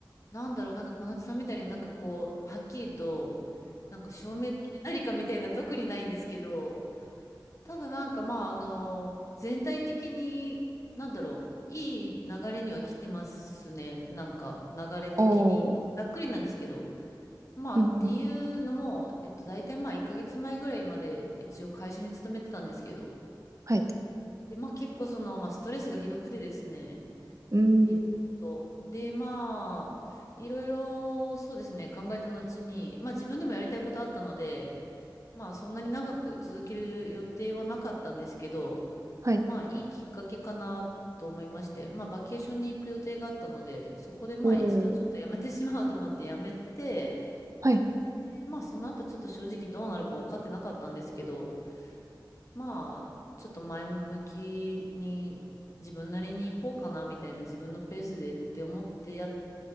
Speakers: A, on the left; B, on the right.
A: なんだろう、なんか小夏さんみたいになんかこう、はっきりと、なんか証明できる何かみたいな特にないんですけど、ただなんかまあ、あの、全体的に、なんだろう、いい流れには来てますね。なんか流れ的に。
B: おー。
A: ざっくりなんですけど。まあ、
B: うんうん。
A: っていうのも、えっと、大体まあ、1ヶ月前ぐらいまで一応会社に勤めてたんですけど、
B: はい。
A: で、まあ、結構その、まあ、ストレスがひどくてですね、
B: うー
A: いろいろと。
B: ん。
A: で、まあ、いろいろ、そうですね、考えた後に、まあ、自分でもやりたいことあったので、まあ、そんなに長く続ける予定はなかったんですけど、
B: はい。
A: まあ、いいきっかけかなと思いまして、まあ、バケーションに行く予定があったので、そこでまあ、
B: おー。
A: 一度ちょっとやめてしまおうと思ってやめて、
B: はい。
A: で、まあその後ちょっと正直どうなるか分かってなかったんですけど、まあちょっと前向きに自分なりに行こうかなみたいな自分のペースでって思ってやっ